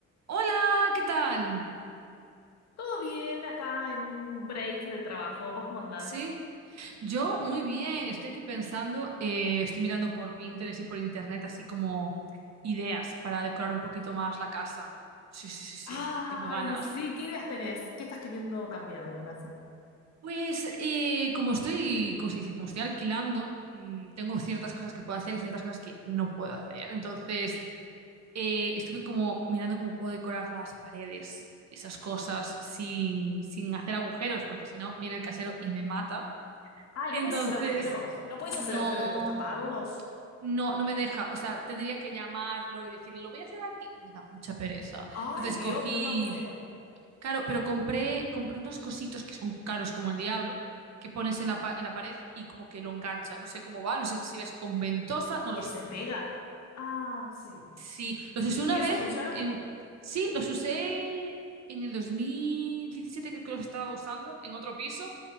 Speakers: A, on the right; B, on the left.
A: Hola, ¿qué tal?
B: Todo bien acá en un break del trabajo. ¿Vos cómo andás?
A: Sí, yo muy bien. Estoy aquí pensando, eh, estoy mirando por Pinterest y por internet así como ideas para decorar un poquito más la casa. Sí, sí, sí, sí.
B: Ay,
A: Tengo ganas.
B: sí, ¿qué ideas tenés? ¿Qué estás queriendo cambiar de tu casa?
A: Pues eh, como estoy, ¿cómo se dice? Como estoy alquilando, mm, tengo ciertas cosas que puedo hacer y ciertas cosas que no puedo hacer. Entonces, eh, estuve como mirando cómo puedo decorar las paredes, esas cosas, sin, sin hacer agujeros, porque si no, viene el casero y me mata.
B: Ay,
A: Entonces,
B: ¿no puedes hacer agujeros? ¿No puedes
A: no,
B: hacer agujeros y después taparlos?
A: no, no me deja. O sea, tendría que llamarlo y decirle, lo voy a hacer aquí. Y me da mucha pereza.
B: Ay,
A: Entonces
B: Dios,
A: cogí,
B: pero un agujero.
A: claro, pero compré, compré unos cositos que son caros como el diablo, que pones en la, pa- en la pared y como que lo engancha. No sé cómo va, no sé si ves con ventosa, no lo
B: ¿Que
A: sé.
B: se pega? Ah, sí.
A: Sí, los usé
B: ¿Y
A: una
B: eso
A: vez
B: funciona?
A: en... Sí, los usé en el 2017, creo que los estaba usando, en otro piso,